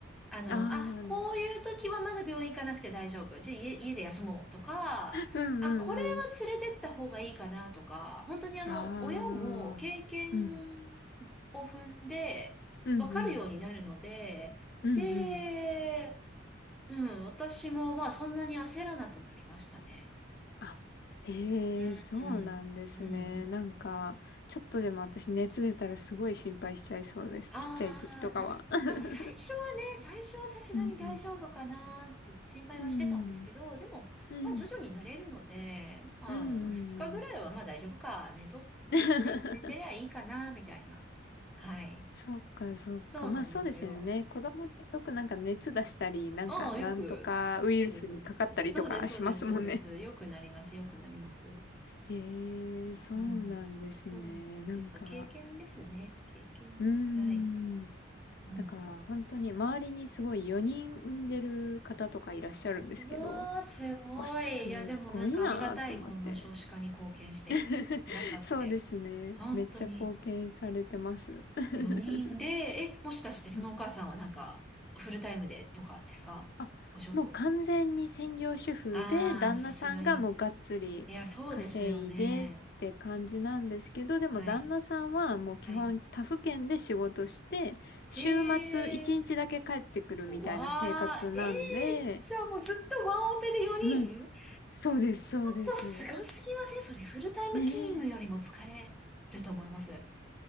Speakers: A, in the centre; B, on the left (about 55°).
A: あの、
B: ああ、
A: あ、
B: <laughs> うん
A: こういう時はまだ病院行かなくて大丈夫。じゃあ家、家で休もうとか、
B: うんうん。
A: あ、これは連れてった方がいいかなとか、本当にあの、
B: ああ、
A: 親も経験
B: うん、
A: を踏んでわかるようになるので、
B: うんうん、うんうん。
A: で、うん、私もまあそんなに焦らなくなりましたね。
B: あへえ、
A: うん、
B: そうなんですね。
A: うん、うん、うん。
B: なんか、ちょっとでも私熱出たらすごい心配しちゃいそうです。
A: ああ、
B: ちっちゃい時とかは。
A: なまあ最初はね、
B: <laughs>
A: 最初はさすがに大丈夫かなって心配はしてたんですけど、
B: うん。<laughs> うん。
A: でも、
B: うん。
A: まあ徐々に慣れるので、まあ2日ぐらいはまあ大丈夫かね、
B: うん。うん。
A: 寝と、寝、
B: <laughs>
A: 寝、寝てりゃいいかな、みたいな。はい。
B: そっか、そっか。
A: そうなんですよ。
B: まあそうですよね。子供ってよくなんか熱出したり、なんかなんとかウイルスにかかったりとかしますもんね。
A: ああ、よく、そうです、そうです。そうです、そうです、そうです。よくなります、よくなります。
B: へえ、そうなんですね。
A: うん。そうなんです。
B: なんか、
A: やっぱ経験ですね。経験。
B: うー
A: はい。
B: ん。
A: うん。
B: だから本当に周りにすごい4人産んでる方とかいらっしゃるんですけど、
A: うわー、すごい。
B: わ、すごいなぁと思って。
A: いや、でもなんかありがたい、こんな少子化に貢献してくださって。
B: <laughs> そうですね。
A: 本当に。
B: めっちゃ貢献されてます。<laughs>
A: 4人で、え、もしかしてそのお母さんはなんか、
B: うん
A: フルタイムでとかですかお仕事。
B: あ、もう完全に専業主婦で、
A: あー、
B: 旦那さんがもうがっつり稼いでって感じなんですけど、
A: さすがに。いや、そうですよね。
B: でも旦那さんはもう基本他府県で仕事して、
A: はい。はい。へ
B: 週末1日だけ帰ってくるみたいな生活なんで、
A: ー。わー、えー、じゃあもうずっとワンオペで4人ちょっ
B: もう、そうです、そうです。
A: とすごすぎませんそれフルタイム勤務よりも疲れると思います。
B: ね